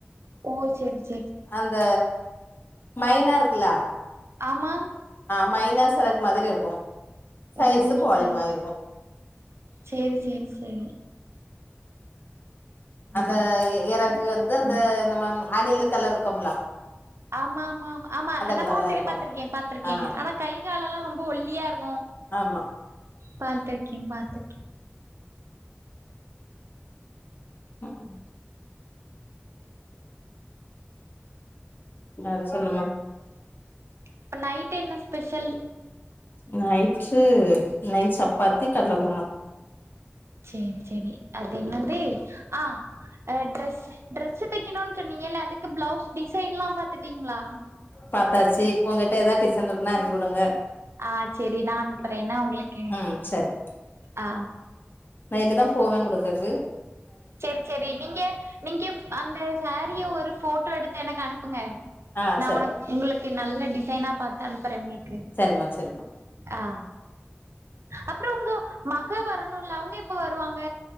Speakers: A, on the right; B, on the left.
A: ஓ சேரிங் சே
B: அந்த மைனா இருக்குலா
A: ஆமா
B: ஆ மைனா செறகு மாதிரி இருக்கு சைஸு
A: ஓ
B: கோழி
A: சேர்
B: மாரி இருக்கு
A: சேரி சேரி சேரி
B: அந்த எ எறகு வந்து அந்த நம்மம் அணிலு கலர்ருக்கோம்லா
A: ஆமா மா மா ஆமா நா
B: கலர்ல
A: பாத்துகே
B: இருக்கு
A: பாத்துருக்கே பாத்துருக்கே
B: ஆ
A: ஆனாக் கை காலெல்லா ரொம்ப ஒல்லியாருகு
B: ஆமா
A: பாத்திருக்கே பாத்து
B: ம் வேற சொல்லுமா
A: இப்ப நைட்டு என்ன ஸ்பெஷல்
B: நைட்டு நை சப்பாத்தி கல்ல குருமா
A: செரி செரி அது என்னந்து ஆ அ ட்ரெஸ் டிரெஸ்சு தெக்கிணுன் சொன்னீங்கில்ல அதுக்கு பிளவுஸ் டிசைன்லாம் பாத்துட்டீங்ளா
B: பாத்தாச்சி உங்கிட்ட எதா டிசைன் ருக்குன்னா அனுப்பி வுடுங்க
A: ஆ செரி நா அனுப்புறேன்னா உங்ளுக்கு
B: ம் சரி
A: ஆ
B: நா என்னுதாம் போவே குடுக்கக்கு
A: செர் செரி நீங்க நீங்கேப் அந்த சாரீய ஒரு ஃபோட்டோ எடுத்து எனக்கு அனுப்புங்க
B: ஆ
A: நா
B: சரி
A: ஒனக் உங்குளுக்கு நல்ல டிசைனாப் பாத்தனுப்புறே உங்ளுக்கு
B: சரிமா சரிமா
A: ஆ அப்றோ உங்க மக வரணுல்ல அவுங்க எப்ப வருவாங்க